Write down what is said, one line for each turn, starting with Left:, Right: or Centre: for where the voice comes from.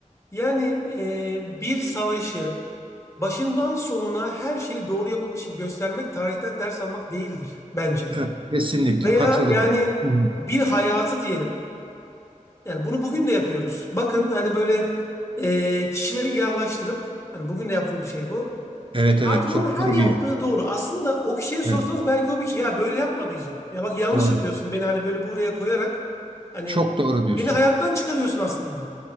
Left: Yani e, bir savaşı başından sonuna her şeyi doğru yapılmış gibi göstermek tarihten ders almak değildir bence.
Right: Evet, Kesinlikle
Left: Veya
Right: katılıyorum.
Left: yani
Right: Hı.
Left: bir hayatı diyelim. Yani bunu bugün de yapıyoruz. Bakın hani böyle e, kişileri ilahlaştırıp hani bugün de yaptığımız şey bu.
Right: Evet evet
Left: Artık
Right: çok
Left: onun her
Right: doğru
Left: yaptığı
Right: bir yer.
Left: doğru. Aslında o kişiye sorsanız
Right: Evet.
Left: belki o bir kişi ya böyle yapma diyecek. Ya bak yanlış
Right: Doğru.
Left: yapıyorsun beni hani böyle buraya koyarak hani
Right: Çok doğru diyorsun.
Left: beni hayattan çıkarıyorsun aslında.